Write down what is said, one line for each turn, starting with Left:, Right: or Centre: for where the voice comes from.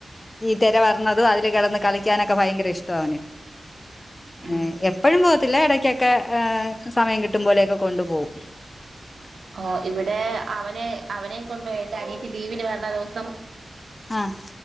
Left: ഈ തിര വരന്നതും അതില് കിടന്ന് കളിക്കാനൊക്കെ ഭയങ്കര ഇഷ്ടം അവന്
Right: ഉം
Left: ഏഹ് എപ്പോഴും പോവത്തില്ല ഇടക്കൊക്കെ ഏഹ് സമയം കിട്ടും പോലെയൊക്കെ കൊണ്ടു പോകും
Right: ഓഹ് ഇവിടെ അവനെ അവനെയും കൊണ്ടപോയി എന്റെ അനിയത്തി ലീവിന് വരണ ദിവസം
Left: ആഹ്